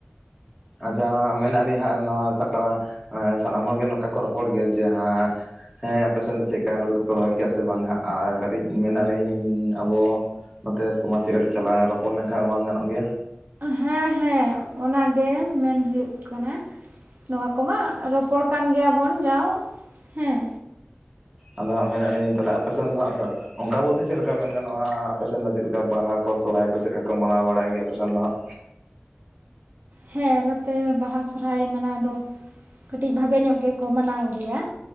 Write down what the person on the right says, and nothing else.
ᱦᱮᱸ ᱦᱮᱸ ᱚᱱᱟ ᱜᱮ ᱢᱮᱱ ᱦᱩᱭᱩᱜ ᱠᱟᱱᱟ ᱱᱚᱣᱟ ᱠᱚᱢᱟ ᱨᱚ ᱯᱚᱲ ᱠᱟᱱ ᱜᱮᱭᱟᱵᱚᱱ ᱡᱟᱣ ᱦᱮᱸ᱾
ᱦᱮᱸ ᱱᱚᱛᱮ ᱵᱟᱦᱟ ᱥᱚᱨᱦᱟᱭ ᱢᱟᱱᱟᱣ ᱫᱚ ᱠᱟᱹᱴᱤᱡ ᱵᱷᱟᱜᱮ ᱧᱚᱜ ᱜᱮᱠᱚ ᱢᱟᱱᱟᱣ ᱜᱮᱭᱟ᱾